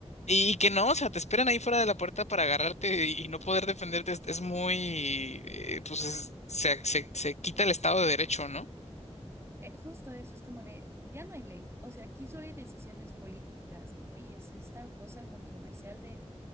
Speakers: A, on the left; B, on the right.
A: y que no, o sea, te esperan ahí fuera de la puerta para agarrarte y no poder defenderte. Es, es muy, eh, pues es- se, se, se quita el Estado de Derecho, ¿no?
B: eh, justo eso es como de, ya no hay ley, o sea, aquí solo hay decisiones políticas, ¿no? Y es esta cosa controversial de